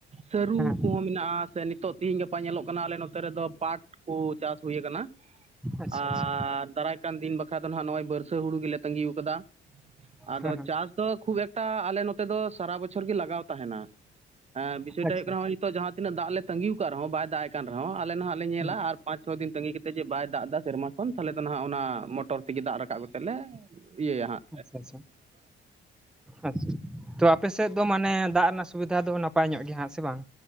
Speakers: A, on the right (about 35°); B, in the centre.
A: ᱥᱟᱹᱨᱩ
B: ᱦᱮᱸ
A: ᱠᱚᱦᱚᱸ ᱢᱮᱱᱟᱜᱼᱟ ᱥᱮ ᱱᱤᱛᱚᱜ ᱛᱮᱦᱮᱧ ᱜᱟᱯᱟ ᱧᱮᱞᱚᱜ ᱠᱟᱱᱟ ᱟᱞᱮ ᱱᱚ ᱛᱮ ᱨᱮᱫᱚ ᱯᱟᱴ ᱠᱚ ᱪᱟᱥ ᱦᱩᱭ ᱟᱠᱟᱱᱟ᱾
B: ᱟᱪᱪᱷᱟ
A: ᱟᱨ
B: ᱟᱪᱪᱷᱟ
A: ᱫᱟᱨ ᱠᱟᱱ ᱫᱤᱱ ᱵᱟᱠᱷᱷᱟ ᱫᱚ ᱦᱟᱸᱜ ᱱᱚᱜᱼᱚᱭ ᱵᱟᱹᱨᱥᱟᱹ ᱦᱩᱲᱩ ᱜᱮᱞᱮ ᱛᱟᱸᱟᱹᱜᱤ ᱟᱠᱟᱫᱟ ᱾ᱟᱫᱚ
B: ᱦᱮᱸ ᱦᱮᱸ
A: ᱪᱟᱥ ᱛᱚ ᱠᱷᱩᱵ ᱮᱠᱴᱟ ᱟᱞᱮ ᱱᱚᱛᱮ ᱫᱚ ᱥᱟᱨᱟ ᱵᱚᱪᱷᱚᱨ ᱜᱮ ᱞᱟᱜᱟᱣ ᱛᱟᱦᱮᱱᱟ᱾ ᱦᱮᱸ ᱦᱩᱭᱩᱜ ᱠᱟᱱᱟ
B: ᱟᱪᱪᱷᱟ
A: ᱨᱮᱦᱚᱸ ᱱᱤᱛᱚᱜ ᱡᱟᱦᱟᱸ ᱛᱤᱱᱟᱹᱜ ᱫᱟᱜ ᱞᱮ ᱛᱟᱹᱜᱤᱣ ᱟᱠᱟᱫ ᱠᱟᱜ ᱨᱮᱦᱚᱸ ᱵᱟᱭ ᱫᱟᱜ ᱠᱟᱜ ᱨᱮᱦᱚ ᱦᱚᱸ ᱟᱮ ᱱᱟᱦᱟᱜ ᱞᱮ ᱧᱮᱞᱟ
B: ᱦᱩᱸ
A: ᱟᱨ ᱯᱟᱪ ᱪᱷᱚ ᱫᱤᱱ ᱛᱟᱹᱜᱤ ᱛᱮ ᱡᱮ ᱵᱟᱭ ᱫᱟᱜ ᱮᱫᱟ ᱥᱮᱨᱢᱟ ᱠᱷᱚᱱ ᱛᱟᱦᱚᱞᱮ ᱫᱚ ᱱᱟᱦᱟᱜ ᱚᱱᱟ ᱢᱚᱴᱚᱨ ᱛᱮᱜᱮ ᱫᱟᱜ ᱨᱟᱠᱟᱵ ᱠᱟᱛᱮ ᱞᱮ ᱤᱭᱟᱹᱭᱟ᱾ ᱦᱟᱜ
B: ᱟᱪᱪᱷᱟ ᱟᱪᱪᱷᱟ ᱟᱪᱪᱷᱟ ᱛᱚ ᱟᱯᱮ ᱥᱮᱫ ᱫᱚ ᱢᱟᱱᱮ ᱫᱟᱜ ᱨᱮᱱᱟᱜ ᱥᱩᱵᱤᱫᱷᱟ ᱫᱚ ᱱᱟᱯᱟᱭ ᱧᱚᱜ ᱜᱮ ᱦᱟᱸᱜ ᱥᱮ ᱵᱟᱝ?